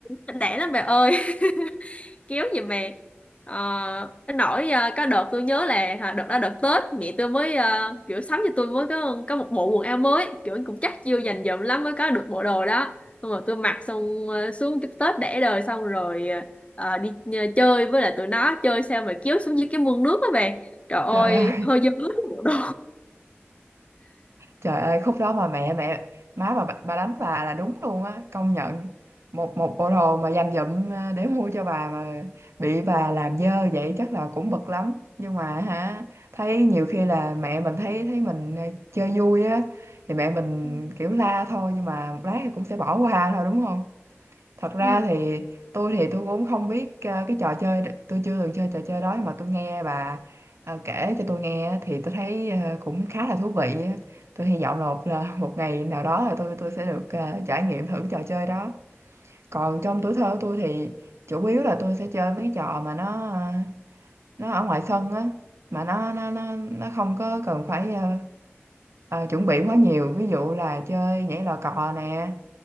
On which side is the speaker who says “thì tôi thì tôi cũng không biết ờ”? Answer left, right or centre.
Right